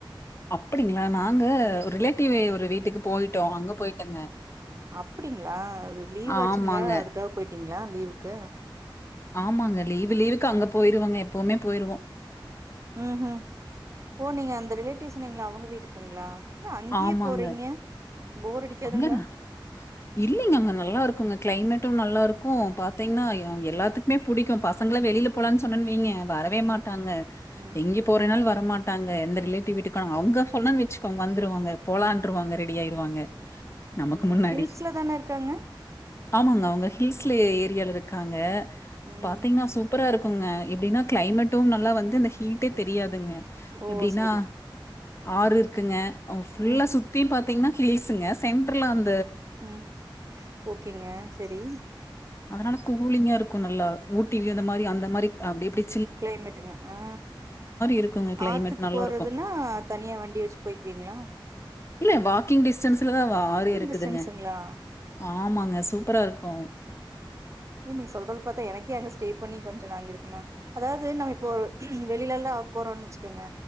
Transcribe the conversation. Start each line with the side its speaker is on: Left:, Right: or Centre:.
Left: அப்பிடிங்களா நாங்க
Right: ம்
Left: ஒரு ரிலேட்டிவு ஒரு வீட்டுக்கு போய்ட்டோ அங்க போயிட்டங்க
Right: அப்டிங்களா லீவ்
Left: ஆமாங்க.
Right: ஆச்சுங்களா அதுக்காக போய்ட்டீங்களா லீவுக்கு?
Left: ஆமாங்க லீவு லீவுக்கு அங்க போயிருவோங்க எப்பவுமே போயிருவோ.
Right: ம்ஹூம் ஓ நீங்க அந்த ரிலேட்டிவ்ஸ் சொன்னீங்களே அவுங்க வீட்டுக்குங்களா? என்ன அங்கேயே
Left: ஆமாங்க
Right: போறீங்க போர் அடிக்காதுங்களா
Left: அங்கதா. இல்லீங்க அங்க நல்லா இருக்குங்க கிளைமேட் டு நல்லா இரு க்கு பாத்தீங்னா
Right: ம்
Left: ய அவங்க எல்லாத்துக் மே புடிக்கு பசங்கள வெளில போலான்னு சொன்னன்னு வைங்க வரவே
Right: ம்
Left: மாட்டாங்க
Right: ம்
Left: எங்க போறேன்னாலு வ ர மாட்டாங்க எந்த ரிலேட்டிவ் வீட்டுக்கு ஆனா அங்க சொன்னேன்னு வச்சுக்கோங் வந்துருவாங்க போலான்ட்ருவாங்க ரெடி ஆயிருவாங்க நமக்கு
Right: ம்
Left: முன்னாடி.
Right: ஹில்ஸ்லதான இருக்காங்க?
Left: ஆமாங்க அவுங்க ஹில்ஸ்ல ஏ ஏரியால இருக்காங்க
Right: ம்
Left: பாத்தீங்னா சூப்பரா இருக் குங்க எப்டின்னா கிளைமெட்டு நல்லா வந்து இந்த ஹீட்டே தெரியாதுங்க
Right: ஓ
Left: எப்டின்னா
Right: செரி
Left: ஆறு இருக்குங்க அவ் ஃபுல்லா
Right: ம்
Left: சுத்தியு பாத்தீங்னா ஹில்ஸுங்க சென்ட்ருல அந்
Right: ம் ஓகேங்க செரி
Left: அதுனால கூலிங்கா இரு க்கு நல்லா ஊட்டிவ்யு இந்த மாரி அந்த மாரி அப்டி இப்டி
Right: கிளைமேட்டுங்க ஆ
Left: இருக்குங்க கிளைமேட்
Right: ஆத்துக்கு
Left: நல்லாருக்கும்.
Right: போறதுன்னா தனியா வண்டி வச்சு போய்க்குவீங்ளா?
Left: இல்ல வாக்கிங் டிஸ்டன்ஸ் த்துலதா வ ஆறே இருக்குதுங்க
Right: டிஸ்டன்ஸுங்களா?
Left: ஆமாங்க சூப்பரா இருக்கு
Right: எ நீங்க சொல்றது பாத்தா எனக்கே அங்க ஸ்டே பண்ணி கொஞ்ச நா அங்க இருக்கணுன் அதாவ்து நம்ம இப்போ வெளிலல்லா போறோன்னு வச்சுக்கங்க